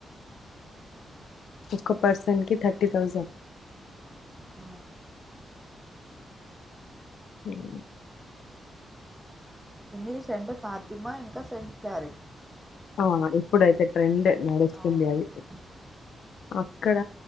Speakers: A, on the left; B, in the centre.
A: ఒక్క పర్సన్ కి థర్టీ థౌజండ్
B: ఆ
A: హుమ్
B: ఇంగ్లీష్ అంటే పాతిమా ఇంకా సెంట్ క్లారిట్
A: ఆ ఇప్పుడైతే ట్రెండ్ నడుస్తుంది.
B: అవును
A: అది
B: మ్మ్.
A: అక్కడ